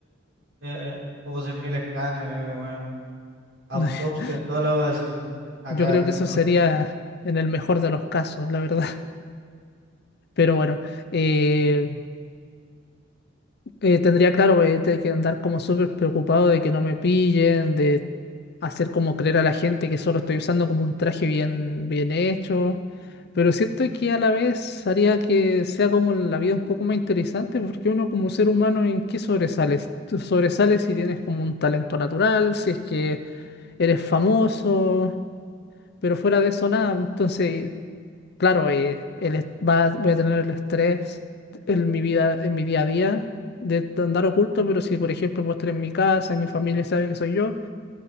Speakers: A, on the right; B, on the left.
A: eh, como 100.000 escáneres, weón. autopsia,
B: <laughs>
A: toda la va así, a
B: yo
A: cagar.
B: creo que eso
A: <laughs>
B: sería en el mejor de los casos, la verdad. <laughs> Pero bueno, eh, Eh, tendría claro eh, te- que andar como súper preocupado de que no me pillen, de hacer como creer a la gente que solo estoy usando como un traje bien, bien hecho. Pero siento que a la vez haría que sea como la vida un poco más interesante, porque uno como ser humano, ¿en qué sobresales? Tú sobresales si tienes como un talento natural, si es que eres famoso, pero fuera de eso nada. Entonces, claro, eh, el est- va- voy a tener el estrés en mi vida, en mi día a día de andar oculto, pero si por ejemplo puedo estar en mi casa y mi familia sabe que soy yo,